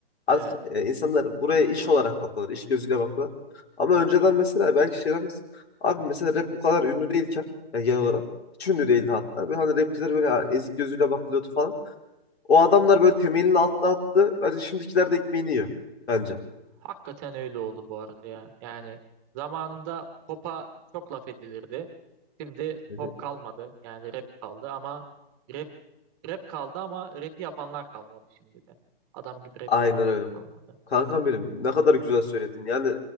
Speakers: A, on the right (about 15°); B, on the left (about 75°).
A: Evet.
B: Artık e, insanlar buraya iş olarak bakıyorlar. iş gözüyle bakıyorlar. Ama önceden mesela belki şey demez. Abi mesela rap bu kadar ünlü değilken yani genel olarak
A: Hı hı.
B: hiç ünlü değildi hatta. Böyle hani rapçiler böyle ezik gözüyle bakılıyordu falan. O adamlar böyle temelini attı attı. Bence şimdikiler de ekmeğini yiyor. Bence.
A: Hakikaten öyle oldu bu arada ya. Yani zamanında pop'a çok laf edilirdi. Şimdi
B: Hı hı.
A: pop kalmadı. Yani rap kaldı ama rap Rap kaldı ama rap'i yapanlar kalmadı şimdi de. Adam gibi rap
B: Aynen
A: yapanlar
B: öyle.
A: kalmadı.
B: Kankam benim ne kadar güzel söyledin. Yani